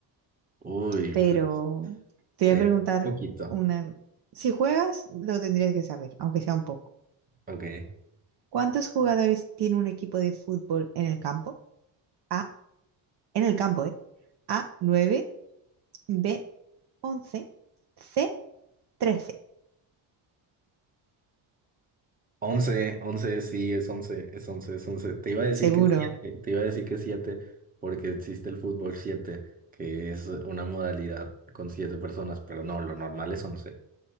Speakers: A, on the right; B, on the right.
A: Uy,
B: pero
A: pues,
B: te
A: sí,
B: voy a preguntar
A: poquito.
B: una... Si juegas, lo tendrías que saber, aunque sea un poco.
A: Ok.
B: ¿Cuántos jugadores tiene un equipo de fútbol en el campo? A, en el campo, ¿eh? A, nueve, B, once, C, trece.
A: 11, 11, sí, es 11, es 11, es 11. Te iba a decir
B: Seguro.
A: que siete, te iba a decir que 7, porque existe el fútbol 7, que es una modalidad con 7 personas, pero no, lo normal es 11.